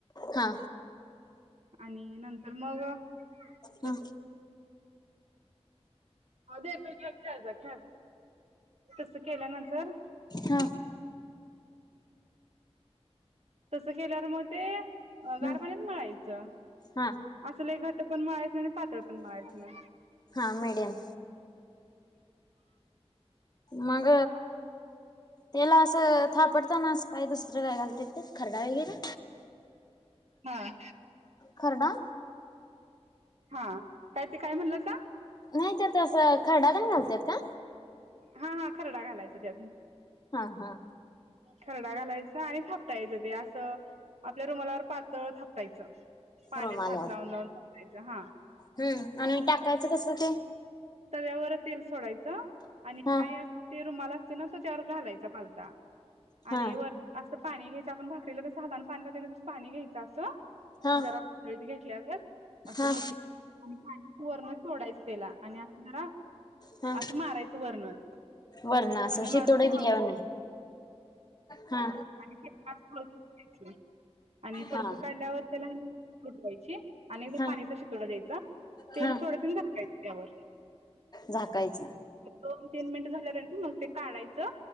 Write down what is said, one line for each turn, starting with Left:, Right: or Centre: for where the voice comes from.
Left: हा
Right: आणि नंतर मग
Left: ह
Right: तस हो देतो खेळ जा खेळ जा तस केल्यानंतर
Left: हा
Right: तसं केल्यावर मग ते गार
Left: ह
Right: पाण्यात मळायचं
Left: हा
Right: अस लईघट्ट पण मळायच नाही आणि पातळ पण मळायच नाही
Left: हा मीडियम मग त्याला असं थापडताना असं काय दुसरं काय घालते त्या खरडा वगैरे
Right: हा.
Left: खरणा
Right: हा का ते काय म्हणलं जा.
Left: नाही त्या त अस खरडाद घालत का?
Right: हा हा खरडा घालायचा त्यात
Left: हा हा
Right: खरडा घालायचा आणि थापटायचं ते असं आपल्या रुमालावर पातळ थापटायचं पाण्याचा
Left: रोमाला
Right: हात लावुन लावुन थापटायच हा
Left: हम्म आणि टाकायच कस कस ते
Right: तव्यावर तेल सोडायचं आणि
Left: हा
Right: काय अस ते रुमाल असतोय ना त्यो त्यावर घालायचा पालता आणि
Left: हा
Right: वर असं पाणी घ्यायचं आपण भाकरीला कसं हातान पाणी लावतोय ना तस पाणी घ्यायचं असं
Left: हा
Right: जरा ळीत घेतल्यागत असंठे
Left: हा
Right: आणि पा वर्ण सोडायचं त्याला <unintelligible> आणि असणार
Left: हा
Right: असं मारायचं वरनच
Left: वरण असं
Right: वरन
Left: शितोडे
Right: मारून ते
Left: दिल्यावानी
Right: हळू
Left: हा
Right: आणि फडकास फडकयची आणि फडक
Left: हा
Right: काढल्यावर त्याला फुटवायची आणिएकदा
Left: हा
Right: पाणीचा शितोडा द्यायचा तेल
Left: हा
Right: सोडायचं आणि झाकायच त्यावर
Left: झाकायचा
Right: दोन तीन मिनट झाल्यांवर मग ते काढायचं